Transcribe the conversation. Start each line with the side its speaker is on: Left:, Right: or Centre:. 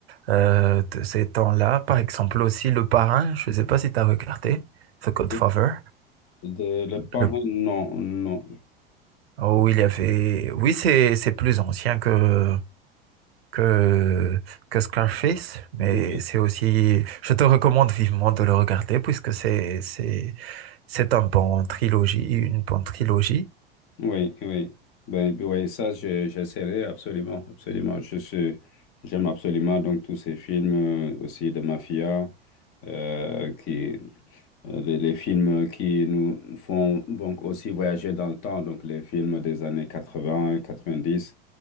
Right: euh, de ces temps-là. Par exemple, aussi Le Parrain. Je ne sais pas si tu as regardé The Godfather.
Left: de, de- le parrain,
Right: Le...
Left: non, non.
Right: Oh, il y avait. Oui, c'est, c'est plus ancien que, que, que Scarface, mais
Left: Oui,
Right: c'est aussi, je te recommande vivement de le regarder puisque c'est, c'est, c'est un bon trilogie, une bonne trilogie.
Left: oui. oui. Ben, oui, ça, je- j'essaierai absolument, absolument. Je suis, j'aime absolument donc tous ces films euh, aussi de mafia, euh, qui, euh, les, les films qui nous font donc aussi voyager dans le temps, donc les films des années 80 90.